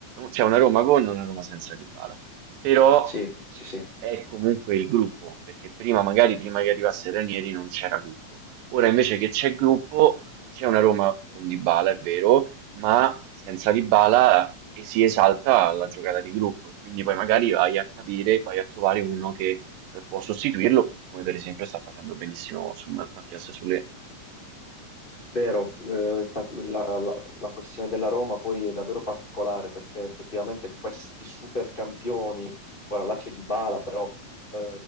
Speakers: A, on the right (about 85°); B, on the left (about 60°).
A: c'è una Roma con e una Roma senza Dybala. Però
B: sì, sì, sì.
A: è comunque il gruppo, perché prima magari prima che arrivasse Ranieri non c'era gruppo. Ora invece che c'è gruppo, c'è una Roma con Dybala, è vero, ma senza Dybala e si esalta la giocata di gruppo e quindi poi magari vai a capire, vai a trovare uno che eh, può sostituirlo, come per esempio sta facendo benissimo su Ma- Mattias Sule.
B: Vero, eh, infatti la, la- la questione della Roma poi è davvero particolare perché effettivamente questi super campioni, ora là c'è Dybala, però eh,